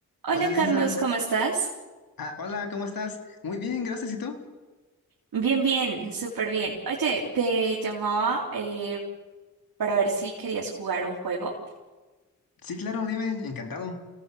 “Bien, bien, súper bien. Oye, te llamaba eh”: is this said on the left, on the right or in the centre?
Right